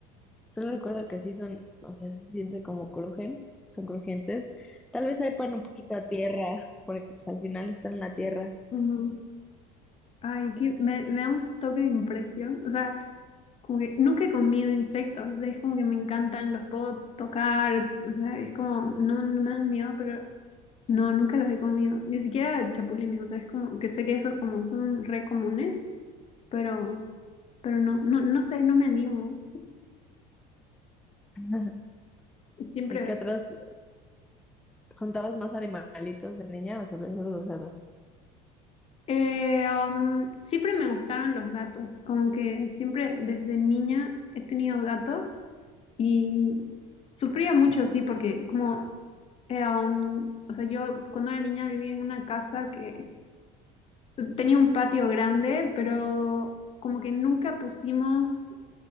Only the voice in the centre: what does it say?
solo recuerdo que sí son, o sea, sí se siente como crujen, son crujientes. Tal vez hay pan un poquito a tierra, porque pues, al final están en la tierra.
<laughs>
¿Y qué otros? ¿Contabas más animalitos de niña o solo esos dos?